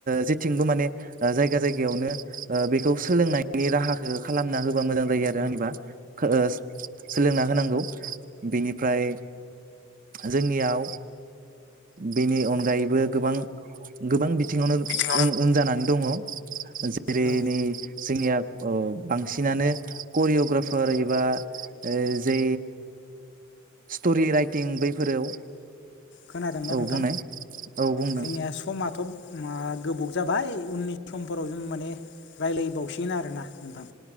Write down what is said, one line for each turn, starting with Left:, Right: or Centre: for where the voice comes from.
Right: जेथिंबो माने जायगा जायगायावनो बेखौ सोलोंनाय नि राहाखौ खालामना होबा मोजां जायो आरो होनबा ओ सोलोंना होनांगौ बेनिफ्राय जोंनियाव बेनि अनगायैबो गोबां गोबां बिथिङावनो
Left: औ
Right: उन उन जानानै दङ जेरै
Left: औ
Right: नै जोंनिया ओ बांसिनानो करिय'ग्राफार एबा ओ जे स्टरि राइटिं बैफोराव
Left: खोनादोंबा
Right: औ
Left: नोंथां
Right: बुंनाय औ बुंदों
Left: जोंनिया समाथ' मा गोबाव जाबाय उननि समफोराव जों माने रायलायबावसिगोन आरो ना नोंथां